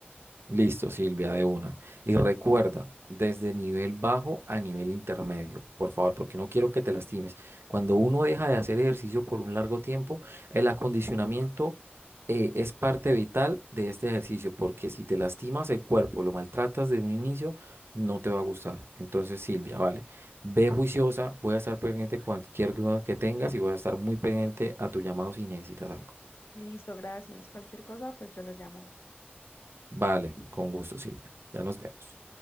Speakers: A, on the right; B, on the left.
A: Listo, Silvia, de una. Y recuerda, desde nivel bajo a nivel intermedio, por favor, porque no quiero que te lastimes. Cuando uno deja de hacer ejercicio por un largo tiempo, el acondicionamiento eh, es parte vital de este ejercicio, porque si te lastimas el cuerpo, lo maltratas desde un inicio, no te va a gustar. Entonces, Silvia, vale, ve juiciosa, voy a estar pendiente de cualquier duda que tengas y voy a estar muy pendiente a tu llamado si necesitas algo.
B: Listo, gracias. Cualquier cosa, pues yo lo llamo.
A: Vale, con gusto, Silvia. Ya nos vemos.